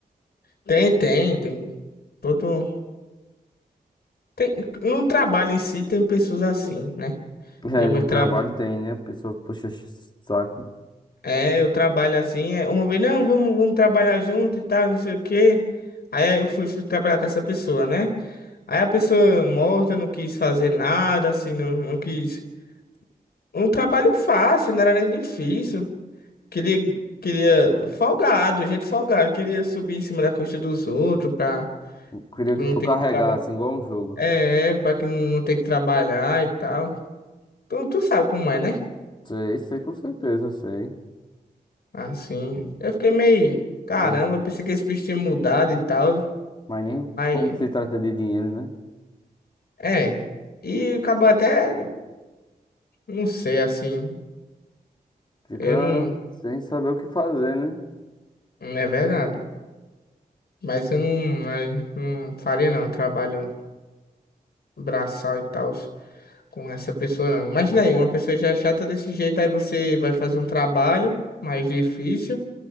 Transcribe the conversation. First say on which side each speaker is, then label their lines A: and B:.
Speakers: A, on the left (about 80°); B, on the left (about 30°).
A: Tem, tem, tem. Todo. Tem, no trabalho em si tem pessoas assim, né?
B: É,
A: Eu
B: no
A: me tra...
B: trabalho tem, né? Pessoa que puxa ch- saco.
A: É, eu trabalho assim. é, Uma vez, não, vamos, vamos trabalhar junto e tal, não sei o quê. Aí eu fui, fui trabalhar com essa pessoa, né? Aí a pessoa morta não quis fazer nada, assim, não, não quis. Um trabalho fácil, não era nem difícil. Queria, queria, folgado, gente folgado, queria subir em cima da costa dos outros pra
B: Eu queria
A: não
B: que tu
A: ter
B: carregasse
A: que trabalhar.
B: igual um jogo.
A: É, pra que não ter que trabalhar e tal. Tu, tu sabe como é, né?
B: Sei, sei, com certeza, eu sei.
A: Assim, eu fiquei meio, caramba,
B: Mas
A: eu pensei que esse bicho tinha mudado e tal,
B: mas nem
A: mas,
B: como se trata de dinheiro, né?
A: é. E acabou até, não sei, assim,
B: Fica
A: eu não,
B: sem saber o que fazer, né?
A: não é verdade. Mas eu não, não faria não, um trabalho braçal e tal com essa pessoa, não. Imagina aí, uma pessoa já é chata desse jeito, aí você vai fazer um trabalho mais difícil